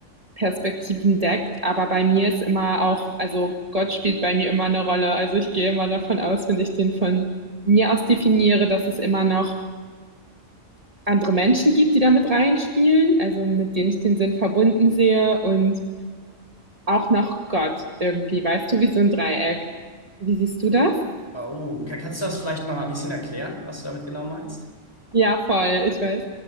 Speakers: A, on the right; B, on the left.
A: Perspektiven deckt. Aber bei mir ist immer auch, also Gott spielt bei mir immer eine Rolle. Also ich gehe immer davon aus, wenn ich den von mir aus definiere, dass es immer noch andere Menschen gibt, die damit reinspielen, also mit denen ich den Sinn verbunden sehe und auch noch Gott irgendwie, weißt du, wie so ein Dreieck. Wie siehst du das?
B: Oh, kann, kannst du das vielleicht noch ein bisschen erklären, was du damit genau meinst?
A: Ja, voll, ich weiß.